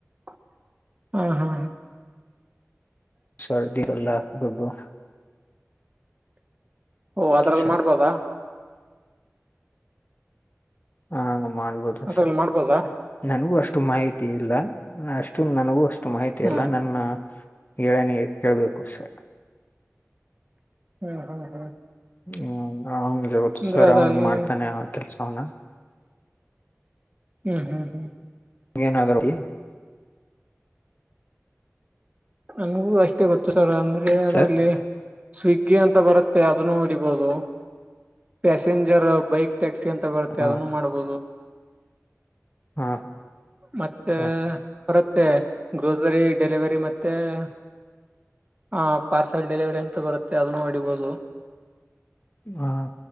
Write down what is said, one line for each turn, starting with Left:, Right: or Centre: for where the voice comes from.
Right: ಹ್ಮ ಹಾ
Left: ಸರ್ದಿ ಕಲ್ಲ <unintelligible>
Right: ಓ ಅದ್ರಲ್ಲಿ
Left: ಸರ್
Right: ಮಾಡ್ಬೋದಾ
Left: ಹಾ ಮಾಡ್ಬೋುದು
Right: ಅದ್ರಲ್ಲಿ
Left: ಸರ್
Right: ಮಾಡ್ಬೋದಾ
Left: ನನಗೂ ಅಷ್ಟ ಷ್ಟ ಮಾಹಿತಿ ಇಲ್ಲ ಅಷ್ಟು ನನಗೂ ಮಾಹಿತಿ
Right: ಹ್ಮ್
Left: ಇಲ್ಲಾ ನನ್ನ ಹೇಳನಿ ಕೇಳ್ಬೇಕು ಸರ್
Right: ಹ್ಮ್ ಹ್ಮ್ ಹ್ಮ್
Left: ಹ್ಮ್ ಅವಂಗ ೌದು
Right: ಅಂದ್ರೆ
Left: ಸರ್
Right: ಅದ್ರಲ್ಲಿ
Left: ಅವ್ನ್ ಮಾಡ್ತಾನೆ ಅವ ಕೆಲ್ಸ ಅವನ
Right: ಹ್ಮ್ ಹ್ಮ್ ಹ್ಮ್
Left: ಏನ ಅದ್ರಲ್ಲಿ
Right: ನನ್ಗೂ ಅಷ್ಟೇ ಗೊತ್ತು ಅಂದ್ರೆ ಅದರಲ್ಲಿ
Left: ಸರ್
Right: ಸ್ವಿಗ್ಗಿ ಅಂತ ಬರುತ್ತೆ ಅದನ್ನು ಹೊಡಿಬಹುದು ಪ್ಯಾಸೆಂಜರ್ ಬೈಕ್ ಟ್ಯಾಕ್ಸಿ ಅಂತ ಬರುತ್ತೆ
Left: ಹಾ
Right: ಅದನ್ನು ಮಾಡ್ಬೋದು
Left: ಹಾ
Right: ಮತ್ತೆ
Left: ಸರ್
Right: ಬರುತ್ತೆ ಗ್ರೋಸರಿ ಡೆಲಿವರಿ ಮತ್ತೆ ಮತ್ತೆ ಹ ಪಾರ್ಸಲ್ ಡೆಲಿವರಿ ಎಂತ ಬರುತ್ತೆ ಅದನ್ನು ಹಡಿಬೋದು
Left: ಹಾ